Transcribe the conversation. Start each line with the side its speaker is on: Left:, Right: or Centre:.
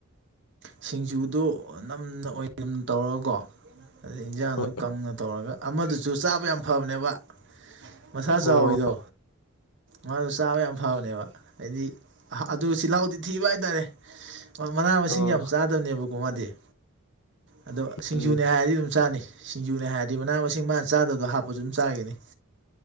Right: ꯁꯤꯡꯖꯨꯗꯣ ꯅꯝꯅ ꯑꯣꯏꯅꯝ ꯇꯧꯔꯒꯀꯣ ꯑꯗꯨꯗꯩ ꯏꯟꯖꯥꯡꯗꯨ
Left: ꯍꯣꯏ
Right: ꯀꯪꯅ ꯇꯧꯔꯒ ꯑꯃꯗꯨꯁꯨ ꯆꯥꯕ ꯌꯥꯝ ꯐꯕꯅꯦꯕ ꯃꯁꯥ
Left: ꯑꯣ
Right: ꯆꯥꯎꯕꯤꯗꯣ ꯃꯥꯗꯣ ꯆꯥꯕ ꯌꯥꯝ ꯐꯕꯅꯦꯕ ꯍꯥꯏꯗꯤ ꯑꯗꯨ ꯆꯤꯜꯍꯥꯎꯗꯤ ꯊꯤꯕ ꯍꯥꯏꯇꯥꯔꯦ ꯃꯅꯥ ꯃꯁꯤꯡ
Left: ꯑꯣ
Right: ꯌꯥꯝ ꯅꯦꯕꯀꯣ ꯃꯥꯗꯤ ꯑꯗꯣ ꯁꯤꯡꯖꯨꯅꯦ
Left: ꯎꯝ
Right: ꯍꯥꯏꯔꯗꯤ ꯑꯗꯨꯝ ꯆꯥꯅꯤ ꯁꯤꯡꯖꯨꯅꯦ ꯍꯥꯏꯔꯗꯤ ꯃꯅꯥ ꯃꯁꯤꯡ ꯃꯥꯅ ꯆꯥꯗꯕꯗꯣ ꯍꯥꯞꯄꯁꯨ ꯑꯗꯨꯝ ꯆꯥꯈꯤꯅꯤ